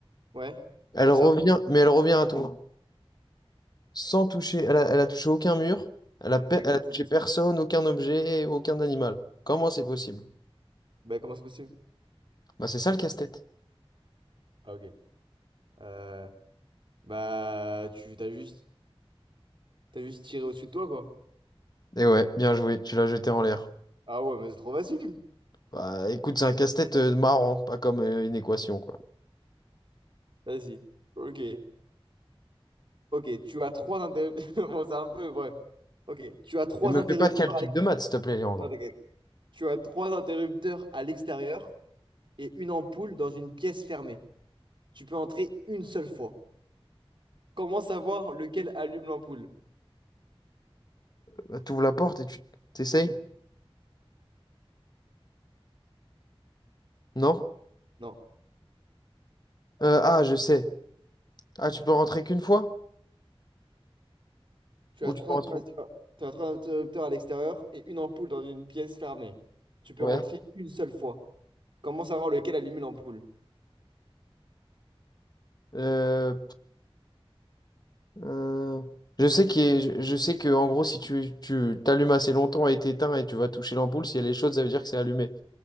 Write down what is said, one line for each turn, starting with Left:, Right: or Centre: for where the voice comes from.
Right: Ouais.
Left: Elle
Right: Où
Left: revient,
Right: ça?
Left: mais elle revient à toi. Sans toucher, elle a, elle a touché aucun mur, elle a, pe-
Right: Mais
Left: elle
Right: comment
Left: a touché
Right: c'est possible?
Left: personne, aucun objet, aucun animal. Comment c'est possible?
Right: Bah, comment c'est possible?
Left: Bah c'est ça le casse-tête.
Right: Ah, ok. Euh, bah, tu t'as juste. T'as juste tiré au-dessus de toi, quoi.
Left: Et ouais, bien joué, tu l'as jeté en l'air.
Right: Ah ouais, mais c'est trop facile.
Left: Bah écoute, c'est un casse-tête euh, marrant, pas comme euh, une équation, quoi.
Right: Vas-y. Ok. Ok, tu as trois interrupteurs. <laughs> Bon, c'est un peu, bref. Ok, tu as trois
Left: Ne me
Right: interrupteurs
Left: fais pas de calcul
Right: à l'ex-
Left: de maths, s'il te plaît, Léandre.
Right: non, t'inquiète. Tu as trois interrupteurs à l'extérieur et une ampoule dans une pièce fermée. Tu peux entrer une seule fois. Comment savoir lequel allume l'ampoule?
Left: Bah, t'ouvres la porte et tu t'essayes? Non?
Right: Non.
Left: Euh, ah, je sais. Ah, tu peux rentrer qu'une fois?
Right: Tu
Left: Ou
Right: as
Left: tu
Right: trois
Left: peux rentrer?
Right: interrupteurs. Tu as trois interrupteurs à l'extérieur et une ampoule dans une pièce fermée. Tu peux
Left: Ouais.
Right: rentrer une seule fois. Comment savoir lequel allume l'ampoule?
Left: Euh, euh, je sais que je je sais que en gros si tu tu t'allumes assez longtemps et t'éteins et tu vas toucher l'ampoule si elle est chaude ça veut dire que c'est allumé.